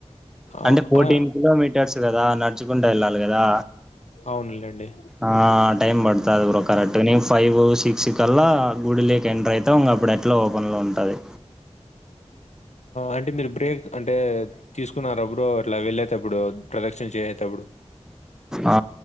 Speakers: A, in the centre; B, on the left.
A: అంటే
B: ఆహ్,
A: ఫోర్టీన్
B: ఆ!
A: కిలోమీటర్స్ కదా నడుచుకుంట వెళ్ళాలి కదా
B: అవునలేండి
A: ఆ టైం పడుతాది బ్రో కరెక్ట్ గా నేను ఫైవ్ సిక్స్ కల్లా గుడి లేక్ ఎంటర్ అయితం అప్పుడు ఎట్లా ఓపెన్ లో ఉ టది
B: అంటే మీరు బ్రేక్ అంటే తీసుకున్నర బ్రో ఇట్లా వెళ్ళేటప్పుడు ప్రదక్షిణ చేసేటప్పుడు?
A: ఆ